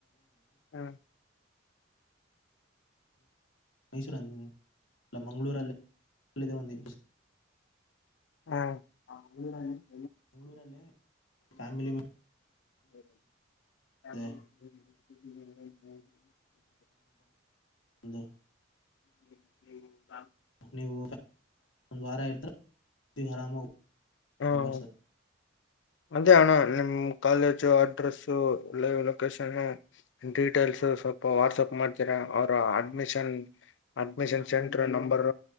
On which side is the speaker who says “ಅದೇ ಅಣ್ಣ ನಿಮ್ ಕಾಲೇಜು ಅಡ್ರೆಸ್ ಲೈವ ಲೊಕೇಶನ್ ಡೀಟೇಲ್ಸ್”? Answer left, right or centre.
Left